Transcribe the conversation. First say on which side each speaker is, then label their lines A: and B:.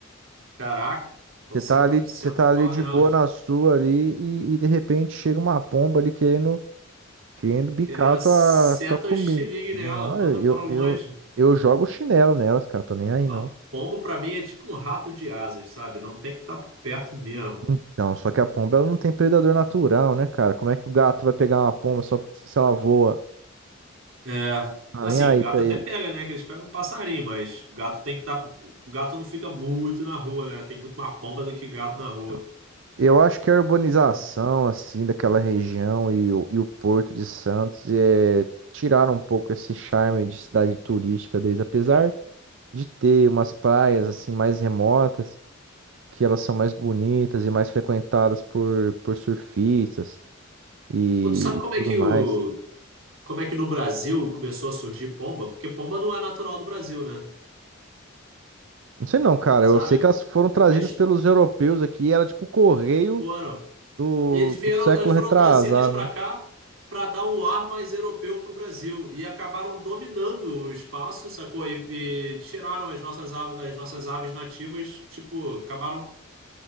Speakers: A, on the right (about 80°); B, on the right (about 65°).
A: Caraca, então
B: Você
A: senta,
B: tá ali,
A: senta
B: você tá
A: pau
B: ali de
A: nelas.
B: boa na sua ali e, e de repente chega uma pomba ali querendo, querendo bicar
A: Querendo,
B: a tua,
A: senta
B: tua comida.
A: o xilingue
B: Não,
A: nela, manda
B: eu, eu,
A: pra longe.
B: eu, eu jogo chinelo nelas, cara. Tô nem aí,
A: Ó,
B: não.
A: pombo pra mim é tipo um rato de asas, sabe? Não tem que estar por perto mesmo.
B: Então, só que a pomba ela não tem predador natural, né, cara? Como é que o gato vai pegar uma pomba só se ela voa?
A: É,
B: Tá
A: assim,
B: nem aí
A: gato
B: pra ele.
A: até pega, né? Que eles pegam um passarinho, mas gato tem que estar. O gato não fica muito na rua, né? Tem muito mais pomba do que gato na rua.
B: Então, eu acho que a urbanização,
A: Pô.
B: assim, daquela região e o, e o Porto de Santos é, tiraram um pouco esse charme de cidade turística deles, apesar de ter umas praias, assim, mais remotas, que elas são mais bonitas e mais frequentadas por, por surfistas e
A: Pô, tu sabe como é
B: tudo
A: que
B: mais.
A: o. Como é que no Brasil começou a surgir pomba? Porque pomba não é natural do Brasil, né?
B: Não sei não, cara.
A: Sabe?
B: Eu sei que elas foram trazidas
A: Aí
B: pelos europeus aqui. Era tipo o correio
A: foram.
B: do,
A: eles
B: do
A: vieram,
B: século
A: elas foram
B: retrasado,
A: trazidas para
B: né?
A: cá para dar um ar mais europeu para o Brasil e acabaram dominando o espaço, sacou? E, e tiraram as nossas, a- as nossas aves nativas, tipo, acabaram